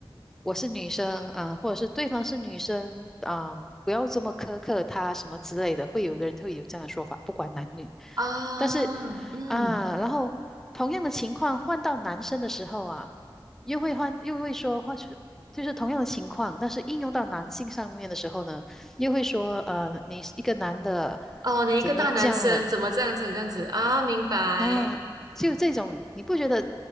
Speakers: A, in the centre; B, on the right.
A: 我是女生，嗯、或者是对方是女生，嗯、不要这么苛刻她什么之类的，会有的人会有这样的说法，不管男女。
B: 啊嗯
A: 但是啊，然后同样的情况换到男生的时候啊，又会换又会说换是就是同样的情况，但是应用到男性上面的时候呢，又会说呃，你是一个男的
B: 哦，你一个大男生怎么这样子这样子啊？
A: 怎么这样了？
B: 明白，
A: 啊，就这种，你不觉得